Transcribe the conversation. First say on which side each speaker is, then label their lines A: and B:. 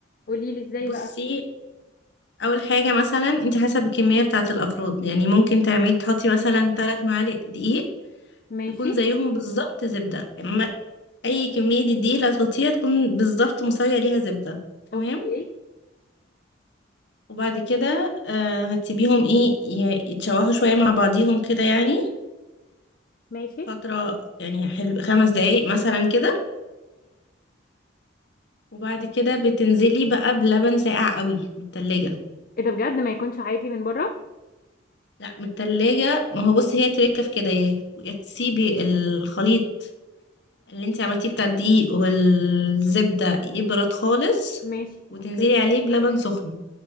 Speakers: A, on the left; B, on the left.
A: قولي لي ازاي
B: بصي
A: بقى
B: اول حاجه مثلا انت حسب الكميه بتاعه الافراد يعني ممكن تعملي تحطي مثلا ثلاث معالق دقيق
A: ماشي
B: يكون زيهم بالظبط زبده اما اي كميه دقيق اللي هتحطيها تكون بالظبط مساويه ليها زبده تمام
A: اوكي
B: وبعد كده آه هتسيبيهم ايه ي- يتشوحوا شويه مع بعضيهم كده يعني
A: ماشي
B: فتره يعني حلو خمس دقايق مثلا كده وبعد كده بتنزلي بقى بلبن ساقع قوي من التلاجة
A: ايه ده بجد ما يكونش عادي من بره
B: لا من التلاجة ما هو بصي هي تركه في كده يا يا تسيبي الخليط اللي انت عملتيه بتاع الدقيق والزبدة يبرد خالص
A: ماشي
B: وتنزلي
A: اوكي
B: عليه بلبن سخن